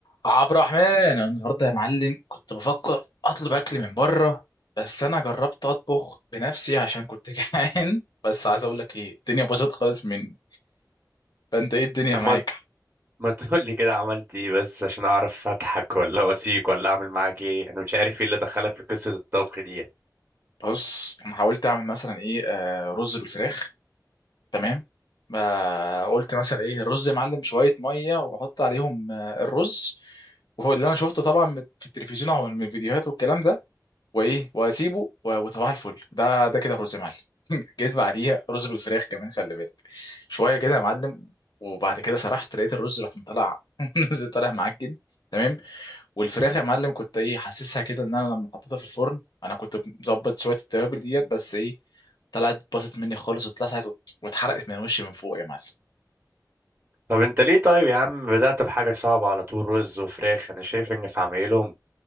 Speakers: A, on the left; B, on the right.
A: عبد الرحمن أنا النهارده يا معلم كنت بفكر اطلب اكل من بره بس انا جربت اطبخ بنفسي عشان كنت <laughs> جعان بس عايز اقول لك ايه الدنيا باظت خالص مني فانت ايه الدنيا
B: طب
A: معاك
B: ما ما تقول لي كده عملت ايه بس عشان اعرف اضحك ولا واسيك ولا اعمل معاك ايه انا مش عارف ايه اللي دخلك في قصة الطبخ دي
A: بص انا حاولت اعمل مثلا ايه آه رز بالفراخ تمام ما قلت مثلا ايه الرز يا معلم شويه ميه واحط عليهم آه الرز وهو اللي انا شفته طبعا من- في التلفزيون او من الفيديوهات والكلام ده وايه واسيبه و- وصباح الفل ده ده كده رز معلم <laughs> جيت بعديها رز بالفراخ كمان خلي بالك شويه كده يا معلم وبعد كده سرحت لقيت الرز راح مطلع <laughs> نزل طالع معجن تمام والفراخ يا معلم كنت ايه حاسسها كده ان انا لما حطيتها في الفرن انا كنت مظبط شويه التوابل ديت بس ايه طلعت باظت مني خالص واتلسعت وات- واتحرقت من وشي من فوق يا معلم
B: طب انت ليه طيب يا عم بدأت بحاجة صعبة على طول رز وفراخ انا شايف ان في عمايلهم